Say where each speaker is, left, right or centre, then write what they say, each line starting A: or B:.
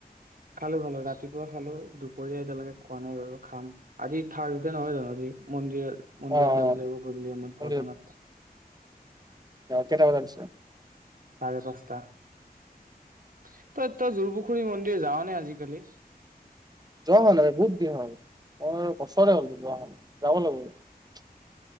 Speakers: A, on the right; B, on the right.
A: খালো, খালো ৰাতিপুৱা খালো দুপৰীয়া এতিয়ালৈকে খোৱা নাই বাৰু খাম আজি থাৰ্ছডে নহয় জানো আজি মন্দিৰত মন্দিৰত
B: অ, অ
A: যাব লাগিব গধূলি সময়ত
B: মন্দিৰ
A: ভজন
B: অ
A: আছে
B: কেইটা বজাত আছে?
A: চাৰে পাঁচটা। তই, তই যোৰপুখুৰী মন্দিৰ যাওঁ নে? ন আজিকালি
B: যোৱা হোৱা নাই বহুত দিন হ'ল, মোৰ বছৰে হ'ল নোযোৱা হ যাব লাগিব।